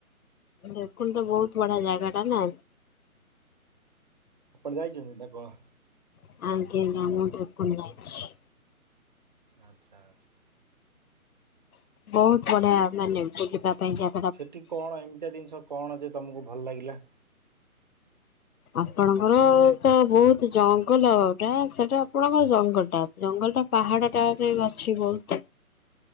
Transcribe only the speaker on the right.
ଆପଣ ଯାଇଛନ୍ତି ନା କଣ?
ଆଚ୍ଛା ଆଚ୍ଛା।
ସେଠି କଣ ଏମିତିଆ ଜିନିଷ କଣ ଯେ ତମକୁ ଭଲ ଲାଗିଲା?